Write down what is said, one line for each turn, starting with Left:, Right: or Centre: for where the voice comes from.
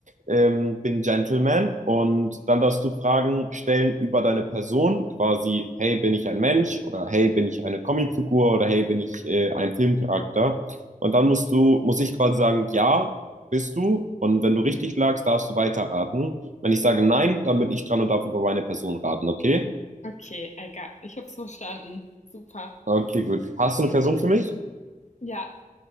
Right: ähm, bin Gentleman und dann darfst du Fragen stellen über deine Person, quasi, hey, bin ich ein Mensch oder hey, bin ich eine Comicfigur oder hey, bin ich äh, ein Filmcharakter? Und dann musst du, muss ich quasi sagen, ja, bist du. Und wenn du richtig lagst, darfst du weiterraten. Wenn ich sage nein, dann bin ich dran und darf über meine Person raten, okay?
Left: Okay, egal. Ich hab's verstanden. Super.
Right: Okay, gut. Hast du eine Person für mich?
Left: Ja,